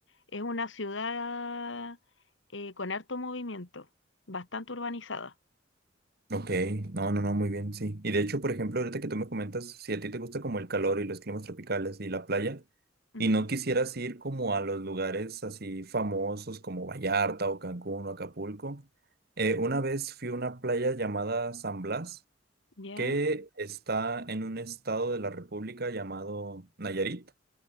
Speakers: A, on the left; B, on the right.
A: Es una ciudad eh, con harto movimiento, bastante urbanizada.
B: Ok, no, no, no, muy bien, sí. Y de hecho, por ejemplo, ahorita que tú me comentas, si a ti te gusta como el calor y los climas tropicales y la playa,
A: Ujú,
B: y no quisieras ir como a los lugares así famosos como Vallarta o Cancún o Acapulco, eh, una vez fui a una playa llamada San Blas,
A: ¿Ya?
B: que está en un estado de la República llamado Nayarit.